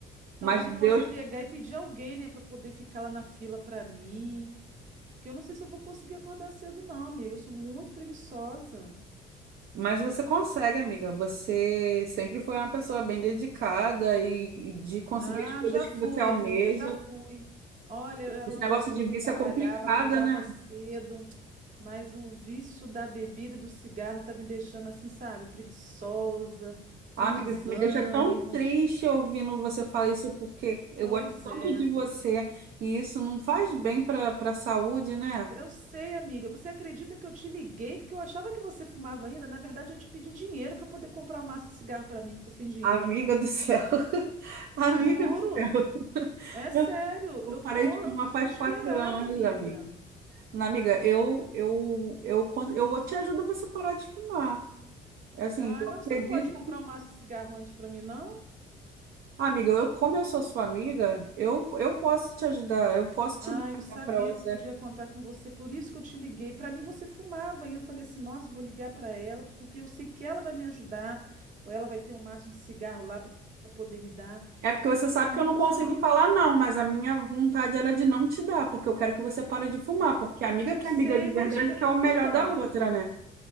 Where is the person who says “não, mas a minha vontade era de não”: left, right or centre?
Right